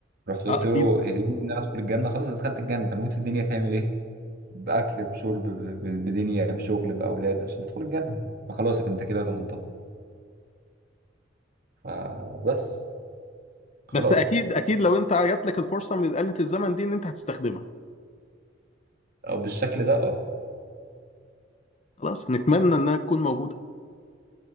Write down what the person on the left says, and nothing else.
اه اكيد
بس اكيد اكيد لو انت جات لك الفرصه من آلة الزمن دي ان انت هتستخدمها
خلاص نتمنى انها تكون موجوده